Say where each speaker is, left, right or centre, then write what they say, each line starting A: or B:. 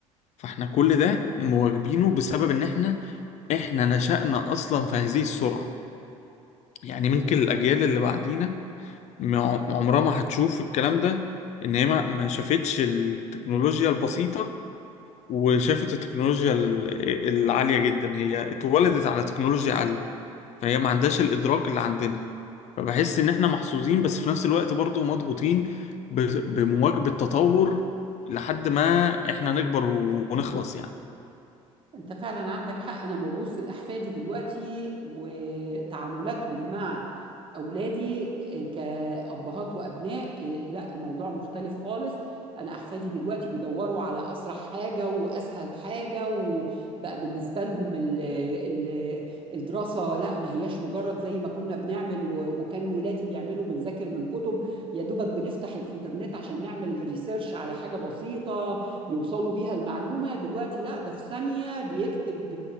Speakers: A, on the left (about 40°); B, on the right (about 30°).
A: فاحنا كل ده مواكبينه بسبب ان احنا احنا نشأنا اصلا في هذه السرعة يعني ممكن الاجيال اللي بعدينا مع- عمرها ما هتشوف الكلام ده ان هي ما ما شافتش التكنولوجيا البسيطة وشافت التكنولوجيا ال- العالية جدا هي اتولدت على تكنولوجيا عالية فهي ما عندهاش الإدراك اللي عندنا فبحس إن إحنا محظوظين بس في نفس الوقت برضه مضغوطين ب- بمواكبة تطور لحد ما إحنا نكبر و- ونخلص يعني
B: انت فعلا عندك حق انا ببص لاحفادي دلوقتي وتعاملاتهم مع اولادي آه، كابهات وابناء آه، لا الموضوع مختلف خالص انا احفادي دلوقتي بيدوروا على اسرع حاجه واسهل حاجه وبقى بالنسبه لهم ال ال الدراسه لا ما هياش مجرد زي ما كنا بنعمل و- وكان ولادي بيعملوا بنذاكر من كتب يا دوبك بنفتح الانترنت عشان نعمل ريسيرش على حاجه بسيطه يوصلوا بيها المعلومة دلوقتي لا ده في ثانية بيكتب